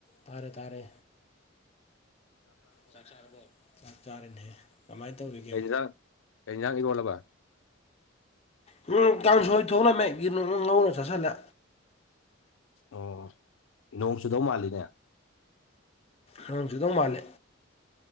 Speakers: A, on the left; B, on the left.
A: ꯇꯥꯔꯦ ꯇꯥꯔꯦ ꯆꯥꯛ ꯆꯥꯔꯕꫭ ꯆꯥꯛ ꯆꯥꯔꯅꯦꯍ ꯀꯃꯥꯏꯅ ꯇꯧꯔꯤꯒꯦ
B: ꯀꯩ ꯌꯦꯟꯖꯥꯡ ꯀꯩ ꯌꯦꯟꯖꯥꯡ ꯏꯔꯣꯜꯂꯕ
A: ꯎꯝ ꯀꯥꯡꯁꯣꯏ ꯊꯣꯛꯂꯝꯃꯦ ꯌꯦꯅꯣꯞ ꯑꯃꯥ ꯉꯧꯔꯒ ꯆꯥꯁꯤꯜꯂꯦ
B: ꯑꯣ ꯅꯣꯡ ꯆꯨꯗꯧ ꯃꯥꯜꯂꯤꯅꯦ
A: ꯅꯣꯡ ꯆꯨꯗꯧ ꯃꯥꯜꯂꯦ